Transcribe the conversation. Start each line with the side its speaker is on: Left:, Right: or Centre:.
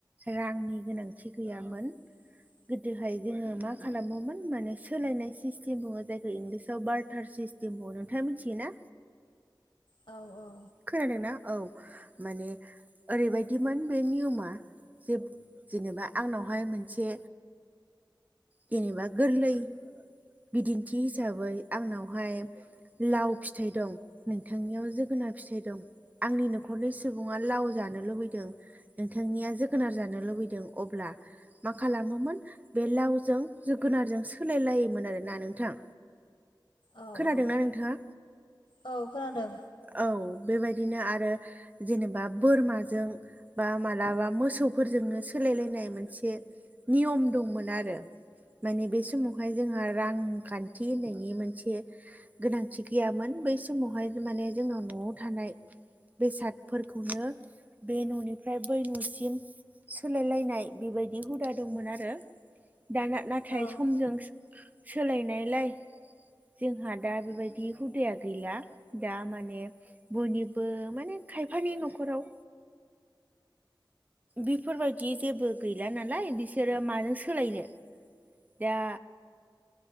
Right: रांनि गोनांथि गैयामोन।
Left: <inaudible>
Right: गोदोहाय जोङो मा खालामोमोन माने सोलायनाय सिस्टेम दङो जायखौ इंलिसाव बार्टार सिस थिम अ नोंथाङा मिथियोना?
Left: औ औ
Right: खोनादोंना औ माने ओरैबायदिमोन बे नियमा जोब जेनेबा आंनावहाय मोनसे जेनेबा गोरलै बिदिन्थि हिसाबै आंनावहाय लाव फिथाइ दं नोंथांनियाव जोगोनार फिथाइ दं आंनि न'खरनि सुबुङा लाव जानो लुबैदों। नोंथांनिया जोगोनार जानो लुबैदों अब्ला मा खालामोमोन बे लावजों जोगोनारजों सोलाय लायोमोन आरोना नोंथां।
Left: औ
Right: खोनादोंना
Left: औ
Right: नोंथाङा?
Left: औ खोनादों।
Right: औ बेबायदिनो आरो जेनेबा बोरमाजों बा मालाबा मोसौफोरजोंनो सोलायलायनाय मोनसे नियम दंमोन आरो। माने बे समावहाय जोंहा रांखान्थि होननायनि मोनसे गोनांथि गैयामोन बै समावहाय माने जोंनाव न'आव थानाय बेसादफोरखौनो बे न'निफ्राय बै न'सिम सोलायलायनाय बेबायदि हुदा दंमोन आरो दाना नाथाय
Left: औ
Right: समजों सोलायनायलाय जोंहा दा बेबायदि हुदाया गैला दा माने बयनिबो माने खायफानि न'खराव बिफोरबायदि जेबो गैला नालाय बिसोरो माजों सोलायनो दा